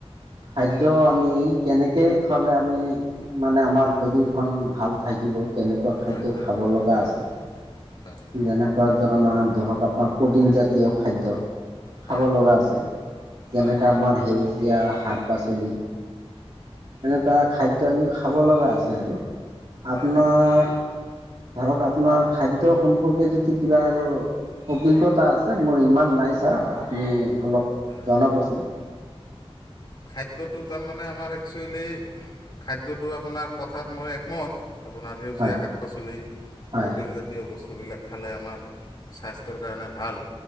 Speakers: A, on the right; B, on the left.
A: খাদ্য আমি কেনেকেই খালে আমি মানে আমাৰ শৰীৰখন ভাল থাকিব? কেনেকুৱা খাদ্য
B: হয় হয়
A: খাব লগা
B: হয়
A: আছে
B: হয়
A: যেনে কোৱা ধৰণৰ ধৰক আপোনাৰ প্ৰটিন জাতীয় খাদ্য
B: হয়
A: খাব লগা আছে, যেনেকে
B: হয়
A: আমাৰ সেউজীয়া শাক পাচলি এনেকুৱা খাদ্য আমি খাব লগা আছে আৰু, আপোনাৰ
B: হয় হয়
A: ধৰক আপোনাৰ খাদ্য সম্পৰ্কে যদি কিবা আৰু অভিজ্ঞতা আছে মোৰ ইমান নাই ছাৰ, আপুনি অলপ
B: হয়
A: জনাবচোন।
B: খাদ্যটো তাৰমানে আমাৰ একচুৱেলি খাদ্যটো আপোনাৰ কথাত মই একমত, আপোনাৰ সেউজীয়া
A: হয়
B: শাক পাচলি
A: হয়
B: প্ৰ'টিন জাতীয় জাতীয় বস্তুবিলাক খালে আমাৰ স্বাস্থ্যৰ কাৰণে ভাল।